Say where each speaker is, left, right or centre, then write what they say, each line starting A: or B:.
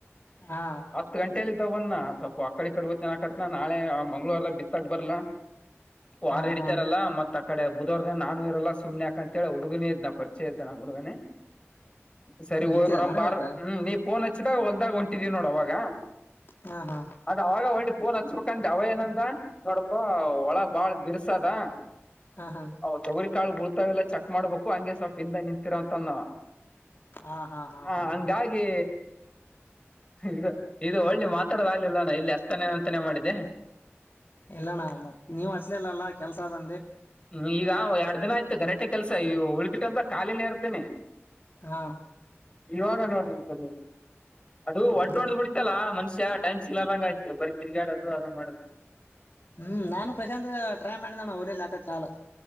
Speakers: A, on the left; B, on the left.
A: ಹಾ
B: ಹತ್ ಗಂಟೆಲಿ ತ ಬನ್ನ ಸ್ವಲ್ಪ ಆಕಡೆ ಈಕಡೆ ಹೋಯ್ತು ಅನ್ನೋಕೆ ಅತ್ತಿದೆನಾ ನಾಳೆ ಮಂಗಳೂವಾರ ಬಿತ್ತಕ್ ಬರಲ್ಲ ವಾರ
A: ಹಾ
B: ಹಿಡಿತಾರಲ್ಲ
A: ಹಾ
B: ಮತ್ ಆ ಕಡೆ ಬುಧವಾರದ ನಾನು ಇರಲ್ಲ ಸುಮನೆಕ ಅಂತ ಹೇಳ ಹುಗನ ಇದ್ ನ ಪರಿಚಯ ಇದ್ದ ನಮ್ಮ ಹೂಡಗನೇ. ಸರಿ
A: ನೀ
B: ಹೋಗಯ್ಬರ
A: ಬಿತ್ತಿದನ ಅಣ್ಣ
B: ಬಾರ್
A: ಇವತ್ತ
B: ಹ್ಮ್ ನೀ ಫೋನ್ ಹಚ್ಚಿದಾಗ ಹೊಲ್ದಾಗ ಹೊಂಟಿದೀ ನೋಡು ಅವಾಗ.
A: ಹಾ ಹಾ
B: ಅದ ಅವಾಗ ಒಳ್ಳಿ ಫೋನ್ ಹಚ್ಬ ಬೇಕಂದ ಅವ ಏನಂದ. ನೋಡಪ್ಪಾ ಹೊಳ ಬಾಳ್ ಬಿರ್ಸ ಆದ
A: ಹಾ ಹಾ
B: ಅವ್ ತೊಗರಿ ಕಾಳ ಬುಳ್ತಾವ ಇಲ್ಲ ಚಕ್ ಮಾಡ್ಬೇಕು ಹಂಗೆ ಸ್ವಲ್ಪ ಹಿಂದೆ ನಿಂತಿರು ಅಂತ ಅಂದ ಅವ
A: ಹಾ ಹಾ ಹಾ
B: ಹ
A: ಹಾ
B: ಹಂಗಾಗಿ ಇದು ಇದು ಒಳ್ಳೆ ಮಾತಾಡದಾಗಗ್ಲಿಲ್ಲಾನ ಇಲ್ಲಿ ಅಚ್ಚತಾನೆ ಅಂತಾನೇ ಮಾಡಿದೆ
A: ಇಲ್ಲಣ್ಣ ಮತ್ತೆ ನೀವ್ ಹಚ್ಚಲಿಲ್ಲ ಅಂದ್ರಿ ಬಾಳ ಕೆಲ್ಸ ಆದ
B: ಹ್ಮ ಈಗ ಎರಡ್ ದಿನ ಆಯ್ತು ಗಘಟೆ ಕೆಲಸ ಈ ಉಳ್ಕಿಟ್ಟ ಅಂತ್ರ ಖಾಲಿನೇ ಇರ್ತೇನನೆ
A: ಹ
B: ಇವಾಗ ನೋಡಿ ಸರ್ ಅದು
A: ಅಣ್ಣ
B: ಒಡ್ಡ್ದ್ ಬಿಡತಲ್ಲ ಮಷ್ಯ ಟೈ್ ಸಿಲ್ಲ್ಲಂಗ ಆಯ್ತು ಬರಿೀ ತಿಗಾಡೋದು ಅದಂಗ್ ಮಾಡ
A: ಹ್ಮ್ ನಾನು ಪ್ರಶಾಂತ್ ಟ್ರೈ ಮಾಡಿದಣ ಅವಲಲಿಾಕಕ್ ಕಾಲ್